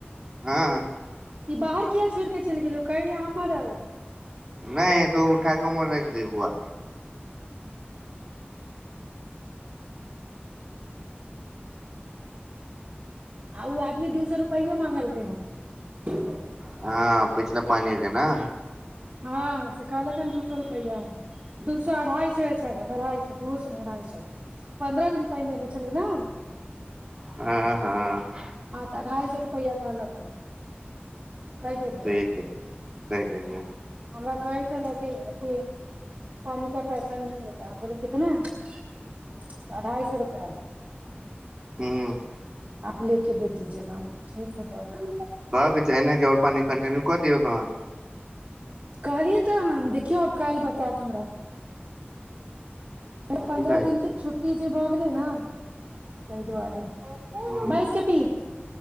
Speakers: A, on the right; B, on the right.
A: हाँ
B: ई बाहर किया छोड़ि कऽ चलि गेलै कहैे यै हमर अइ
A: नहि तू ठाकुरमर जे भई औ बुआ
B: आ ओ आदमी दू सौ रुपैयो मंगलकै हन
A: हाँ पिछिला पानी के ने
B: हाँ से कहल कई दू सौ रुपैया दू सौ अढ़ाई सौ य अढ़ाई सौ दू सौ नहि अढ़ाई सौ पन्द्रह दिन पहिनेेन लेले छलै नै
A: हाँ हाँ
B: तऽ अढ़ाई रुपैया कहलक हन कहि देबयै
A: ठीक कहि कै दैछियै
B: हमरा कहै छल कि कि पानी का पैसा न होता बोले कितना है अढ़ाई सौ रुपा है
A: ह
B: आप लेके दे दीजेगा ठीक है देदेंगे
A: कहक छै एना के ओर पानी कटिन्यू क दियौ तहन
B: कहलियै तऽ देखियौ, आब काल्हि बतेत हमरा। फेर
A: तऽ
B: पन्द्रह
A: की कहै छै
B: दिनक छुट्टी जे भऽ गेलै ने, तहि दुआरे।
A: ह
B: बइस के पी